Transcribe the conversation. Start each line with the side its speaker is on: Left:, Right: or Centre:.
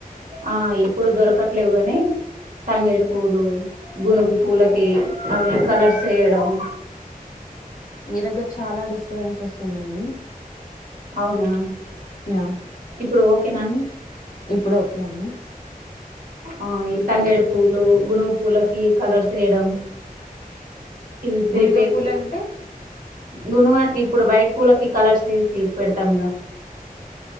Right: ఆ ఇప్పుడు దొరకట్లేవు గాని తంగేడి పూలు గునుగు పూలకి అవి కలర్స్ ఏయడం
Left: మీ దగ్గర చాలా డిస్టర్బెన్స్ వస్తుందండి
Right: అవునా
Left: యా
Right: ఇప్పుడు ఓకే నండి
Left: ఇప్పుడు ఓకే అండి
Right: ఆ ఈ తంగేడి పూవ్లు గునుగు పూవలకి కలర్స్ ఏయడం ఇవి పెరుపేరు
Left: గునిగ పూలు అంటే
Right: గుణవా అండి ఇప్పుడు వైట్ పూలకి కలర్స్ తీసి పెడతాము